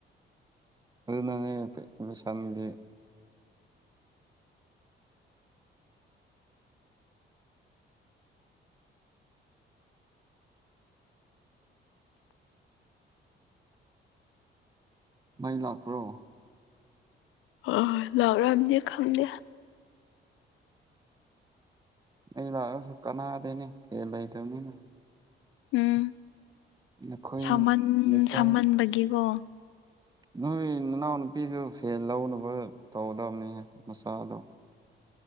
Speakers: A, on the right; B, on the left.
A: ꯑꯗꯨ ꯅꯪ <unintelligible> ꯑꯦꯗꯃꯤꯁꯟꯒꯤ ꯃꯩ ꯂꯥꯛꯄ꯭ꯔꯣ
B: ꯑꯥ ꯂꯥꯛꯔꯝꯅꯤ ꯈꯪꯗꯦ
A: ꯃꯩ ꯂꯛꯔꯁꯨ ꯀꯅꯥꯗꯦꯅꯦ ꯐꯦꯟ ꯂꯩ ꯇꯝꯅꯤꯅ
B: ꯎꯝ
A: ꯅꯈꯣꯏ
B: ꯁꯥꯃꯟ
A: ꯂꯩꯀꯥꯏ
B: ꯁꯥꯃꯟꯕꯒꯤꯀꯣ
A: ꯅꯣꯏ ꯅꯅꯥꯎꯅꯨꯄꯤꯖꯨ ꯐꯦꯟ ꯂꯧꯅꯕ ꯇꯧꯒꯗꯕꯅꯤꯅꯦ ꯃꯆꯥꯗꯣ